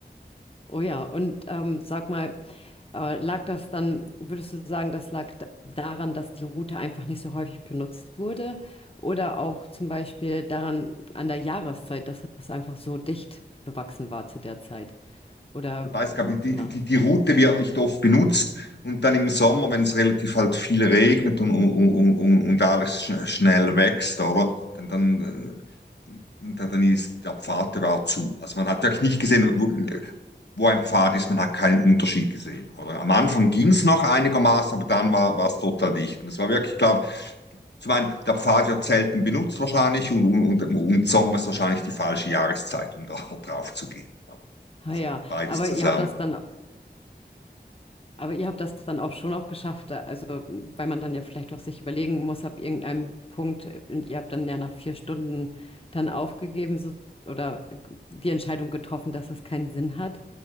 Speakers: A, on the left; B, on the left.
A: oh ja, und ähm, sag mal, äh, lag das dann, würdest du sagen, das lag da- daran, dass die Route einfach nicht so häufig benutzt wurde? Oder auch zum Beispiel daran, an der Jahreszeit, dass es einfach so dicht bewachsen war zu der Zeit? Oder
B: weiß,
A: äh,
B: glaube ich, die,
A: ja.
B: die, die die Route wird nicht oft benutzt und dann im Sommer, wenn es relativ halt viel regnet und, und, und, und und alles schn- schnell wächst, oder? Dann, dann äh, Und dann ist der Pfad, der war zu. Also man hat wirklich nicht gesehen, wo, wo ein Pfad ist, man hat keinen Unterschied gesehen. Oder am Anfang ging es noch einigermaßen, aber dann war war es total dicht. Und Das war wirklich, ich glaube, zum einen, der Pfad wird selten benutzt wahrscheinlich und, und, und, und Sommer ist wahrscheinlich die falsche Jahreszeit, um da <laughs> drauf zu gehen.
A: Ah
B: Also
A: ja,
B: beides
A: aber
B: zusammen.
A: ihr habt das dann Aber ihr habt das dann auch schon auch geschafft, also weil man dann ja vielleicht auch sich überlegen muss, ab irgendeinem Punkt, äh, und ihr habt dann ja nach vier Stunden dann aufgegeben so, oder die Entscheidung getroffen, dass das keinen Sinn hat.